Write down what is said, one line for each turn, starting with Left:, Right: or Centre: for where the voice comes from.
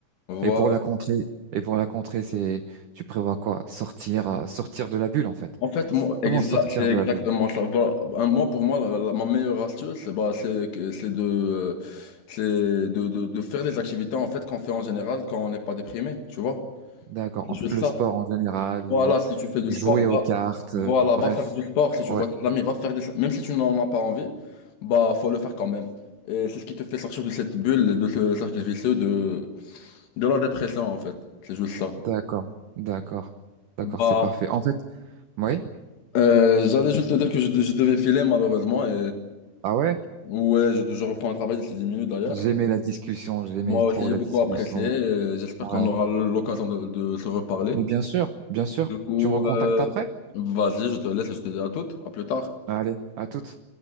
Left: Voilà.
Right: Et pour la contrée, et pour la contrée, c'est, tu prévois quoi? Sortir, à- sortir de la bulle, en fait.
Left: En fait, moi,
Right: Comment
Left: exa-
Right: sortir
Left: c'est
Right: de
Left: exactement
Right: la bulle?
Left: ça. Va- un- moi, pour moi, la- la- ma meilleure astuce, c'est bah, c'est que- c'est de, euh, c'est de, de, de faire des activités en fait qu'on fait en général quand on n'est pas déprimé, tu vois.
Right: D'accord.
Left: C'est
Right: En
Left: juste
Right: fait, le
Left: ça.
Right: sport en général ou
Left: Voilà,
Right: euh,
Left: si tu fais du
Right: jouer
Left: sport,
Right: aux
Left: va,
Right: cartes,
Left: voilà,
Right: euh,
Left: va
Right: bref.
Left: faire du sport. Si tu
Right: Ouais,
Left: vois tes amis, va faire des... Même si tu n'en as pas envie, bah, faut le faire quand même. Et c'est ce qui te fait sortir de cette bulle, de ce cercle vicieux de, de la dépression, en fait. C'est juste ça.
Right: d'accord. D'accord. D'accord,
Left: Bah,
Right: c'est parfait. En fait, oui.
Left: Euh, j'allais juste te dire que je, de- je devais filer malheureusement et
Right: Ah ouais?
Left: ouais, je, je reprends le travail d'ici 10 minutes d'ailleurs.
Right: J'aimais la discussion, j'aimais
Left: Moi
Right: trop
Left: aussi, j'ai
Right: la
Left: beaucoup
Right: discussion.
Left: apprécié et j'espère
Right: Ouais.
Left: qu'on aura l'occasion de, de se reparler.
Right: Mais bien sûr, bien sûr.
Left: Du coup,
Right: Tu me recontactes
Left: euh,
Right: après?
Left: vas-y, je te laisse et je te dis à toutes. À plus tard.
Right: Allez, à toutes.